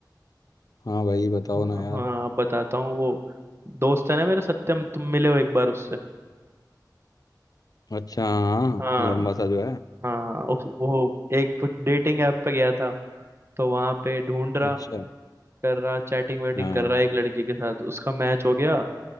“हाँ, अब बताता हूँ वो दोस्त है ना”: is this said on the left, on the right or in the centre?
Right